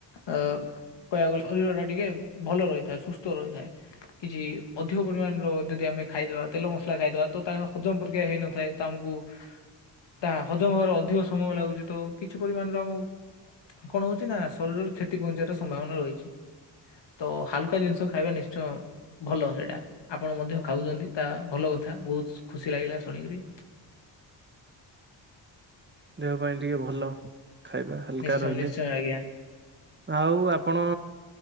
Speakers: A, on the left; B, on the right.
A: ଅ କହିବାକୁ ଗଲେ ଶରୀର ଟା ଟିକେ ଭଲ ରହିଥାଏ ସୁସ୍ଥ ରହିଥାଏ। କିଛି ଅଧିକ ପରିମାଣର ଯଦି ଆମେ ଖାଇଦବା ତେଲ ମସଲା ଖାଇଦବା ତ ତାଙ୍କ ହଜମ ପ୍ରକ୍ରିୟା ହେଇନଥାଏ ତ ଆମକୁ ତା ହଜମ ହବାରେ ଅଧିକ ସମୟ ଲାଗୁଛି ତ କିଛି ପରିମାଣରେ ଆମକୁ କଣ ହଉଛି ନାଁ ଶରୀରରେ କ୍ଷେତି ପହଞ୍ଚିବାର ସମ୍ଭାବନା ରହିଛି। ତ ହାଲୁକା ଜିନିଷ ଖାଇବା ନିଶ୍ଚୟ ଭଲ ସେଇଟା ଆପଣ ମଧ୍ୟ୍ୟ ଖାଉଛନ୍ତି ତା ଭଲ କଥା ବହୁତ ଖୁସି ଲାଗିଲା ଶୁଣିକରି।
B: ଦେହ ପାଇଁ ଟିକେ ଭଲ ଖାଇବା ହାଲକା
A: ନିଶ୍ଚୟ
B: ରହିଲେ।
A: ନିଶ୍ଚୟ ଆଜ୍ଞା
B: ଆଉ ଆପଣ